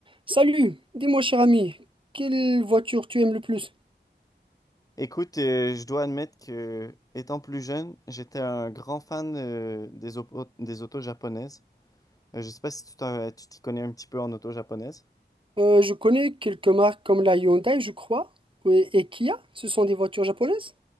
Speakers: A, on the right; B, on the left.
A: Salut, dis-moi cher ami, quelle voiture tu aimes le plus?
B: Écoute, euh, je dois admettre que, étant plus jeune, j'étais un grand fan euh, des, opo- des autos japonaises. Euh, je sais pas si tu t'en- tu t'y connais un petit peu en auto japonaise.
A: Euh, je connais quelques marques comme la Hyundai, je crois, oui, et Kia, ce sont des voitures japonaises?